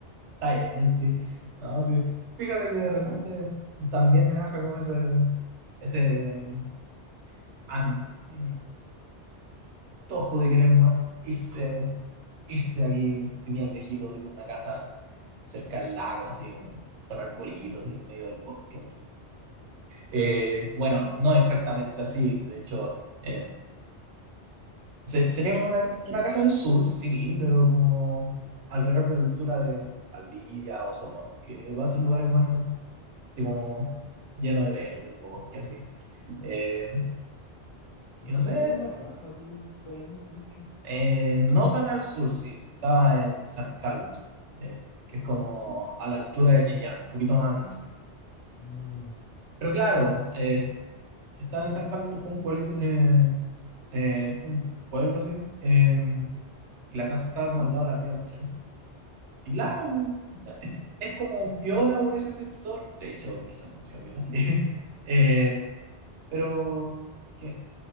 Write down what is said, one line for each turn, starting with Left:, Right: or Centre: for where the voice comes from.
Right: Está bien, sí. No, sí. Fíjate que de repente también me baja como ese, ese mm, an- mm, antojo de querer mo- irse, irse de aquí, si bien lejito, así como una casa cerca al lago, así como con arbolitos y en medio del bosque. Eh, bueno, no exactamente así, de hecho. eh, Se- sería como una, una casa en el sur, sí, pero como alrededor de la altura de Valdivia, Osorno, que va a ser lugares bonitos, así como lleno de verde, bosque, así. Eh,
Left: <laughs> Pero
Right: y no
Left: no
Right: sé,
Left: tenía ahí una casa tú por ahí, de hecho.
Right: eh, no tan al sur, sí, estaba en San Carlos, eh, que es como a la altura de Chillán, un poquito más al norte.
Left: Mm,
Right: Pero claro, eh, estaba en San Carlos, que es como un pueblito, eh, eh, un pueblo así, em, y la casa estaba como al lado de la vía del tren. Y claro,
Left: mm,
Right: un- es como piola por ese sector, de hecho, quizás demasiado piola, <laughs> Eh, pero que